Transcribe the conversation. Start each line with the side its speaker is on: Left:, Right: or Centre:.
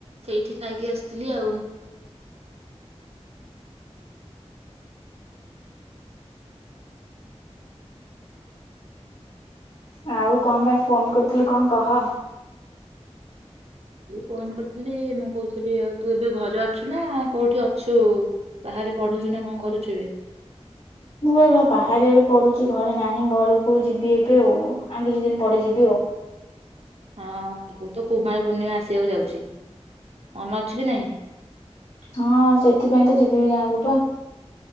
Right: ସେଇଠି ଖାଇକି ଆସିଥିଲି ଆଉ।
Left: ଆଉ କଣ ପାଇଁ ଫୋନ କରିଥିଲୁ କଣ କହ?
Right: ଫୋନ କରିଥିଲି ମୁଁ କହୁଥିଲି ଆଉ ତୁ ଏବେ ଘରେ ଅଛୁ ନା କୋଉଠି ଅଛୁ ବାହାରେ ପଢୁଛୁ ନା କଣ କରୁଛୁ ଏବେ?
Left: ମୁଁ ବାହାରେ ଏବେ ପଢୁଛି ଘରେ ନାହିଁ ଘରକୁ ଯିବି ଏବେ ଆଉ ଆଉ କିଛି ଦିନ ପରେ ଯିବି ଆଉ।
Right: ହଁ ଆଗ ତ କୁମାର ପୂର୍ଣ୍ଣିମା ଆସିବାକୁ ଯାଉଛି ମନ ଅଛି କି ନହିଁ?
Left: ହଁ ସେଥିପାଇଁ ତ ଯିବିି ଗାଁକୁ ପା।